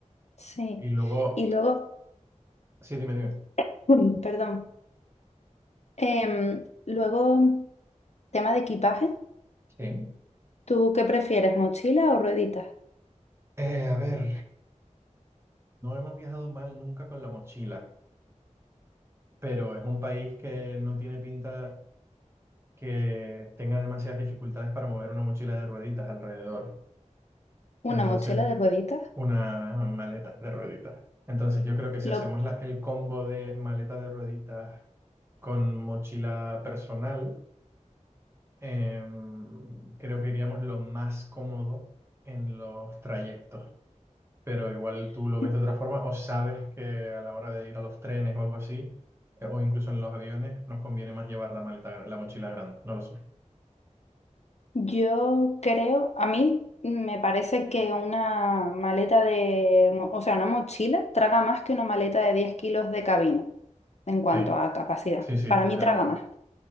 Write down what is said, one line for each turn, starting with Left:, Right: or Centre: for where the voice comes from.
Left: Sí.
Right: Y luego,
Left: Y luego,
Right: sí, dime, dime.
Left: <clears throat> Mm. perdón, Em, luego, tema de equipaje.
Right: Sí.
Left: ¿Tú qué prefieres, mochila o rueditas?
Right: Eh, a ver, no hemos viajado mal nunca con la mochila. pero es un país que no tiene pinta que tenga demasiadas dificultades para mover una mochila de rueditas alrededor.
Left: Una
Right: Entonces,
Left: mochila de rueditas.
Right: una maleta de rueditas. Entonces, yo creo que si
Left: Lo,
Right: hacemos la- el combo de maleta de rueditas con mochila personal, em, creo que iríamos lo más cómodo en los trayectos. pero igual tú
Left: <laughs>
Right: lo ves de otra forma o sabes que a la hora de ir a los trenes o algo así, eh, o incluso en los aviones, nos conviene más llevar la maleta, gra- la mochila grande, no lo sé.
Left: Yo creo, a mí me parece que una maleta de, mo- o sea, una mochila traga más que una maleta de 10 kilos de cabina en cuanto
Right: Sí,
Left: a capacidad.
Right: sí, sí,
Left: Para
Right: desde
Left: mí traga
Right: luego.
Left: más.